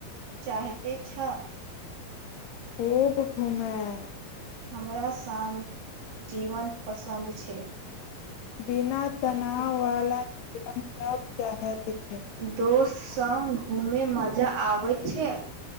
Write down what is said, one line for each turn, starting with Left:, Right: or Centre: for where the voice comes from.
Right: चाहते छ
Left: खूब घुमय
Right: हमरा शान्त जीवन पसन्द छै।
Left: बिना तनाव वाला सब चाहैत छै
Right: दोस्त सङग घूमे मजा आबैत छै